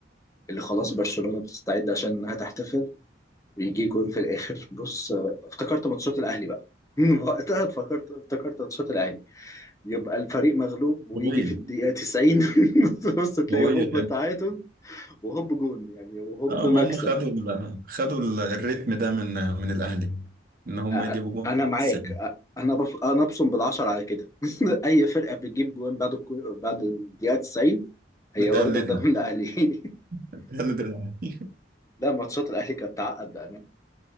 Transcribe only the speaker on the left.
اللي خلاص برشلونة بتستعد عشان إنها تحتفل بيجي جون في الاخر بص آه، افتكرت ماتشات الاهلي بقى <laughs> وقتها افتكرت افتكرت ماتشات الاهلي يبقى الفريق مغلوب ويجي
في الدقيقه 90 <laughs> بص تلاقي
هوب تعادل وهوب جون يعني وهوب
مكسب
آه، آه،
انا
معاك
آه، انا بف... انا ابصم بالعشر على كده <laughs> اي فرقه بتجيب جون بعد الكو... بعد الدقيقه 90 هي
واخده ده من الاهلي <laughs>
لا ماتشات الاهلي كانت تعقد بامان